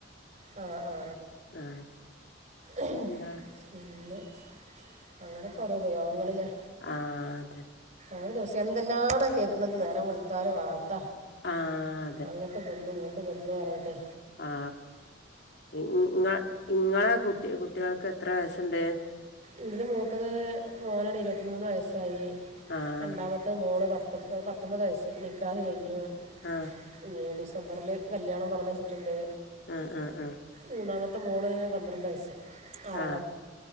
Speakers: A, on the right; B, on the left.
A: ആ ആ
B: ആഹ് പിന്നെന്താ
A: ആ പിന്നെ അങ്ങനൊക്കെ ഓരോ ഉപയോഗങ്ങളില്ലേ
B: ആ അതെണെ
A: ഒരു ദിവസം എന്തെല്ലാണോ കേക്കണത് നേരം വിളുത്തല് വാർത്ത
B: ആഹ്
A: അങ്ങോട്ട് കൊന്നു ഇങ്ങോട്ട് കൊന്നു പറഞ്ഞിട്ട്
B: ആ ഇങ്ങ ഇങ്ങളെ കുട്ടി കുട്ടേൾക്ക് എത്ര വയസുണ്ട്?
A: ഇൻ്റെ മൂത്തത് മോനാണ് ഇരുപത്തിമൂന്ന് വയസ്സായി
B: ആഹ്
A: രണ്ടാമത്തെ മോള് പ, ത്തൊ പത്തൊമ്പത് വയസ്സ് നിക്കാഹ് കഴിഞ്ഞു
B: ആ
A: ഇന്നീ ഡിസംബറില് കല്യാണം പറഞ്ഞു വെച്ചിട്ടുണ്ട്
B: ആ ആ ആ
A: മൂന്നാമത്തെ മോള് പന്ത്രണ്ട് വയസ്സ് ആറാം
B: ആ